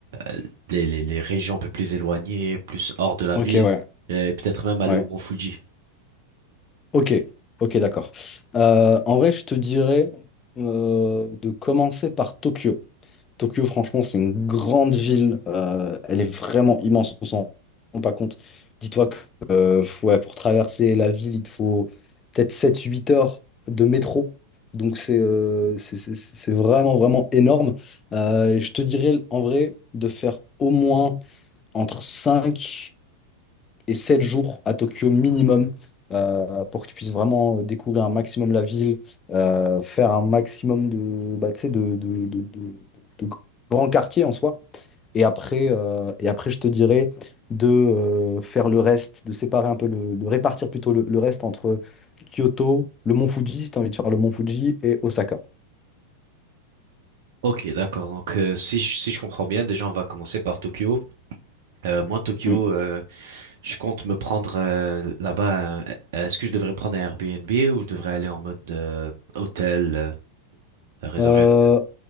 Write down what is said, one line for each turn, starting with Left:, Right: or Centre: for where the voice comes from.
Right: euh, les, les, les régions un peu plus éloignées, plus hors de la
Left: Ok,
Right: ville,
Left: ouais.
Right: euh, et peut-être même aller
Left: Ouais.
Right: au Mont Fuji.
Left: Ok, ok, d'accord. Euh, en vrai, je te dirais euh, de commencer par Tokyo. Tokyo, franchement, c'est une grande ville. euh, elle est vraiment immense. On s'en rend pas compte. Dis-toi que euh, faut- ouais, pour traverser la ville, il te faut peut-être sept, huit heures de métro. Donc, c'est euh, c'est c'est- c'est vraiment, vraiment énorme. Euh, et je te dirais, en vrai, de faire au moins entre cinq et sept jours à Tokyo minimum euh, pour que tu puisses vraiment découvrir un maximum la ville, euh, faire un maximum de, bah, tu sais, de, de, de- de- de grands quartiers en soi. Et après, euh, et après, je te dirais de euh, faire le reste, de séparer un peu, le, de répartir plutôt le, le reste entre Kyoto, le mont Fuji, si tu as envie de faire le mont Fuji, et Osaka.
Right: Ok, d'accord. Donc, euh, si je, si je comprends bien, déjà, on va commencer par Tokyo. Euh, moi, Tokyo,
Left: Mm.
Right: euh, je compte me prendre euh, là-bas. euh, Est-ce que je devrais me prendre un Airbnb ou je devrais aller en mode euh, hôtel, euh, réserver
Left: Euh,
Right: un hôtel?